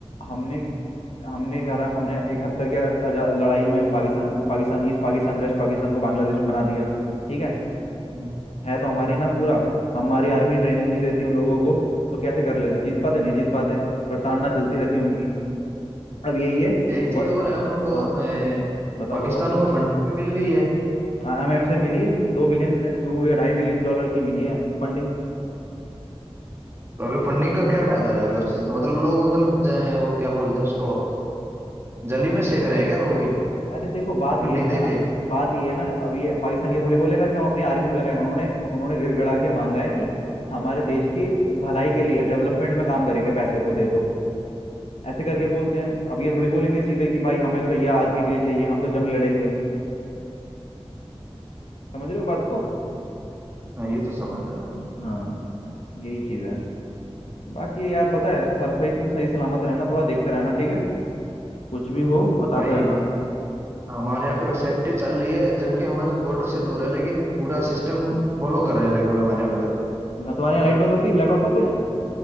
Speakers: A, on the left (about 80°); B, on the right (about 25°).
A: हमने हमने करा हमने इकहत्तर के आजा- लड़ाई में पाकिस्तान को पाकिस्तान ईस्ट पाकिस्तान वेस्ट पाकिस्तान को बांग्लादेश बना दिया ठीक है
B: हम्म।
A: है तो हमारी ना पूरा हमारी आर्मी ट्रेनिंग नहीं देती उन लोगों को तो कैसे कर लेते जीत पाते नहीं जीत पाते प्रताड़ना चलती रहती है उनकी अब यही है
B: एक
A: ब...
B: चीज और है उनको
A: हाँ
B: अ,
A: बताओ
B: पाकिस्तान
A: बताओ
B: को फंडिंग भी मिल गई है
A: आईएमएफ से मिली है दो बिलियन दो या ढाई बिलियन डॉलर की मिली है फंडिंग
B: तो अभी फंडिंग का क्या फायदा रहेगा उस चीज का मतलब लोग मतलब ज- वो क्या बोलते हैं उसको जली में सेक रहे हैं क्या वो भी
A: अरे देखो बात
B: फंडिंग
A: ये है ना
B: दे के
A: बात ये है ना अब ये पाकिस्तान ये थोड़ी बोलेगा कि हम अपनी आर्मी में लगाए उन्होंने उन्होंने गिड़गिड़ा के मांगा है कि हमारे देश की भलाई के लिए डेवलपमेंट में काम करेंगे पैसे को दे दो ऐसे करके बोलते हैं अब ये थोड़ी बोलेंगे सीधे कि भाई हमें चाहिए आर्मी के लिए चाहिए हम तो जंग लड़ेंगे समझ रहे हो बात को
B: हाँ ये तो समझ रहे हैं बात।
A: हाँ यही चीज़ है बाकी यार पता है सब सही तुम सही सलामत रहना थोड़ा देखते रहना ठीक है कुछ भी हो बताते
B: भाई
A: रहना
B: हमारे यहाँ पे सेफ्टी चल रही है जबकि हमारे बॉर्डर से दूर है लेकिन पूरा सिस्टम फॉलो कर रहे हैं लगभग हमारे यहाँ पे तो
A: ना तुम्हारे यहाँ लाइट बंद होती है ब्लैकआउट होते हैं